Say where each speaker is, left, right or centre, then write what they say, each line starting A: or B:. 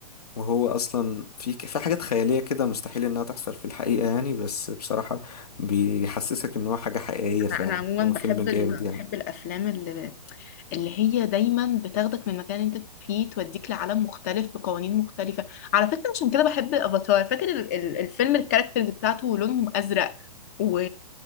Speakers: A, on the left; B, on the left.
A: وهو اصلا في ك- في حاجات خيالية كده مستحيل انها تحصل في الحقيقة يعني بس بصراحة بيحسسك ان هو حاجة حقيقية فعلا
B: لا انا عموما
A: هو
B: بحب
A: فيلم جامد
B: ال...
A: يعني
B: بحب الافلام اللي... اللي هي دايما بتاخدك من مكان انت فيه توديك لعالم مختلف بقوانين مختلفه على فكره عشان كده بحب الافاتار فاكر ال... ال- الفيلم الكاركترز بتاعته لونهم ازرق و